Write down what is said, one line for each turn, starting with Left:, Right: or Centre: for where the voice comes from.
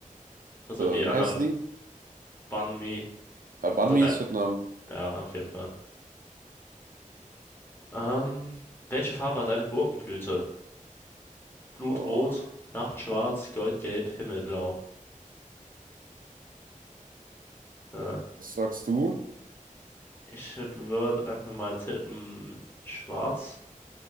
Left: Also
Right: äh,
Left: die
Right: wie
Left: anderen
Right: heißen die?
Left: Banh Mi.
Right: Ah, Banh
Left: Also
Right: Mi
Left: da,
Right: ist Vietnam.
Left: Ja, auf jeden Fall. Ähm, welche Farbe hat eine Gurkenblüte? Blutrot,
Right: Oh,
Left: Nachtschwarz, Goldgelb, Himmelblau. Ja,
Right: was sagst du?
Left: ich würde einfach mal tippen, schwarz